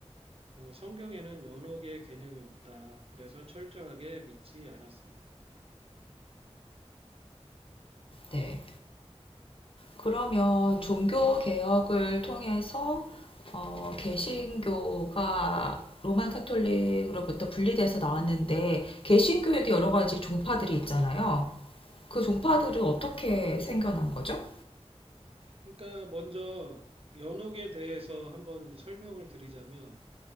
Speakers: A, on the right; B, on the left.
A: 어, 성경에는 연옥의 개념이 없다. 그래서 철저하게 믿지 않았습니다.
B: 네. 그러면 종교 개혁을 통해서 어, 개신교가 로마 카톨릭으로부터 분리돼서 나왔는데 개신교에도 여러 가지 종파들이 있잖아요. 그 종파들은
A: 네.
B: 어떻게 생겨난 거죠?
A: 그러니까 먼저 연옥에 대해서 한번 설명을 드리자면,